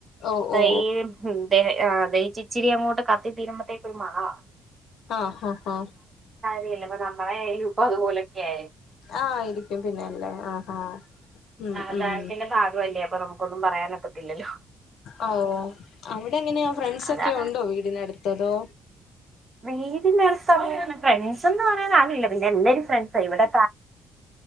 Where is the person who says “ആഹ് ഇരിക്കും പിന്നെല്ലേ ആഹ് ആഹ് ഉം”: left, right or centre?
Left